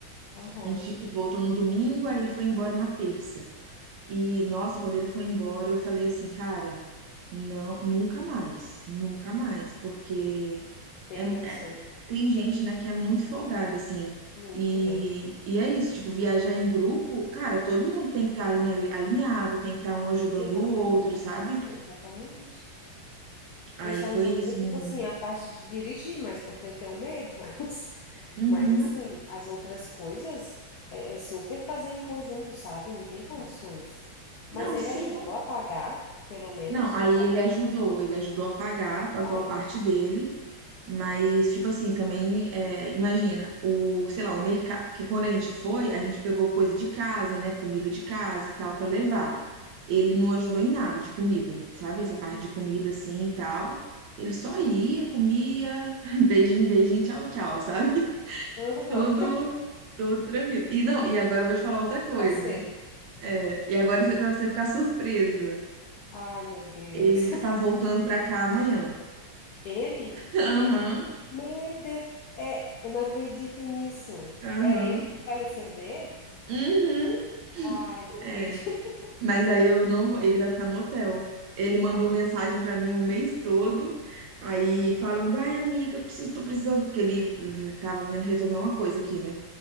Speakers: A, on the left (about 75°); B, on the right (about 90°).
A: Aham.
B: A gente, tipo, voltou no domingo, aí ele foi embora na terça. E, nossa, quando ele foi embora, eu falei assim, cara, não, nunca mais, nunca mais, porque
A: Não tem
B: é,
A: condições.
B: é- tem gente, né, que é muito folgada, assim,
A: Muito,
B: e,
A: né?
B: e é isso, tipo, viajar em grupo, cara, todo mundo tem que estar alinhado, tem que estar um ajudando
A: Exatamente,
B: o outro, sabe?
A: exatamente.
B: Aí
A: Eu só
B: foi
A: não
B: isso,
A: ia, tipo
B: menina.
A: assim, a parte de dirigir, mas porque eu tenho medo, <laughs> mas,
B: Uhum.
A: mas assim, as outras coisas é, é super fazer em conjunto, sabe? Não tem condições. Mas
B: Não,
A: ele
B: sim.
A: ajudou a pagar, pelo menos,
B: Não, aí
A: o lugar.
B: ele ajudou, ele ajudou a pagar,
A: Ah,
B: pagou a parte dele, Mas, tipo assim, também, é, imagina, o, sei lá, o mercado, que quando a gente foi, a gente pegou coisa de casa, né, comida de casa e tal, pra levar.
A: uhum,
B: Ele não ajudou em nada de comida, sabe? Essa parte
A: uhum.
B: de comida assim e tal. Ele só ia, comia, <laughs> beijinho, beijinho, tchau, tchau, sabe? <laughs>
A: Aham.
B: Todo,
A: <laughs>
B: todo tranquilo. E não, e agora eu vou te falar outra
A: Todo
B: coisa.
A: faceiro.
B: É, e agora você- pra você ficar surpresa,
A: Ai, meu Deus.
B: ele tá voltando pra cá amanhã.
A: Ele?
B: <laughs>
A: Me-
B: Aham,
A: Meu Deus, é, eu não acredito nisso.
B: aham.
A: É ele que vai receber?
B: Uhum,
A: Ai, não acredito.
B: é.
A: <laughs>
B: Mas aí eu não vou, ele vai ficar no hotel. Ele mandou
A: Ah,
B: mensagem pra mim o mês todo, aí
A: hum,
B: falando: "Ai, amiga, preciso, tô precisando", porque ele v- tava vindo resolver uma coisa aqui, né?